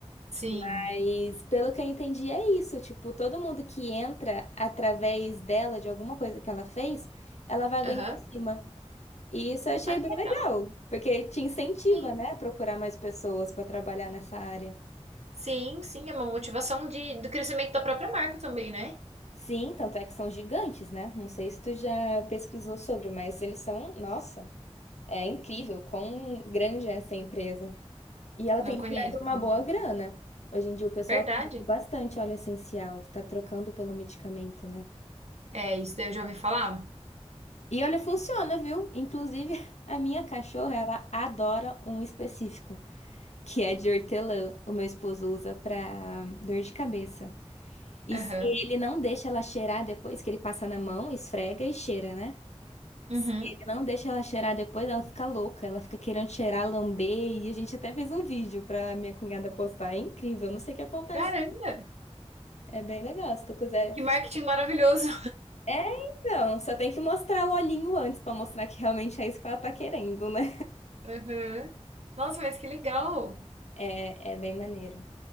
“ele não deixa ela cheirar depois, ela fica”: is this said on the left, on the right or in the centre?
Left